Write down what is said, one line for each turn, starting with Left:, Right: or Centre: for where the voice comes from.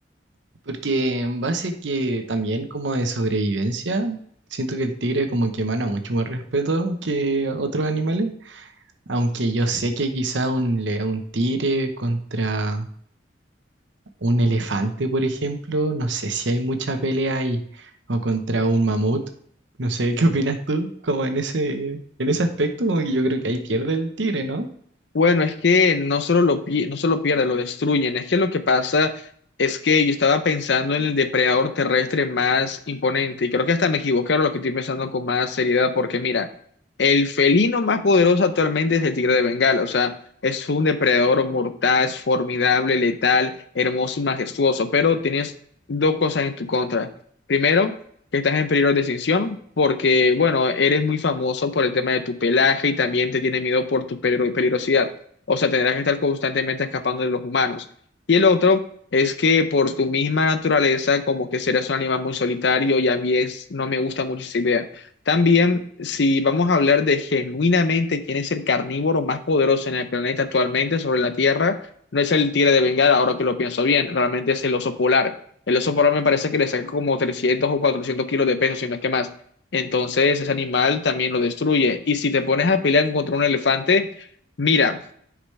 Right: Porque en base que también como de sobrevivencia, siento que el tigre como que emana mucho más respeto que otros animales. Aunque yo sé que quizá un, le- un tigre contra Un elefante, por ejemplo, no sé si hay mucha pelea ahí, o contra un mamut, no sé, ¿qué opinas tú? Como en ese, en ese aspecto, como que yo creo que ahí pierde el tigre, ¿no?
Left: Bueno, es que no solo lo, pi- no solo pierde, lo destruyen. Es que lo que pasa es que yo estaba pensando en el depredador terrestre más imponente y creo que hasta me equivoqué ahora lo que estoy pensando con más seriedad porque mira, el felino más poderoso actualmente es el tigre de Bengala. O sea, es un depredador mortal, es formidable, letal, hermoso y majestuoso, pero tienes dos cosas en tu contra. Primero, que estás en peligro de extinción porque, bueno, eres muy famoso por el tema de tu pelaje y también te tiene miedo por tu peligro- peligrosidad. O sea, tendrás que estar constantemente escapando de los humanos. Y el otro es que por tu misma naturaleza, como que serás un animal muy solitario y a mí es, no me gusta mucho esa idea. También, si vamos a hablar de genuinamente quién es el carnívoro más poderoso en el planeta actualmente sobre la Tierra, no es el tigre de Bengala, ahora que lo pienso bien, realmente es el oso polar. El oso polar me parece que le saca como 300 o 400 kilos de peso, si no es que más. Entonces, ese animal también lo destruye. Y si te pones a pelear contra un elefante, mira,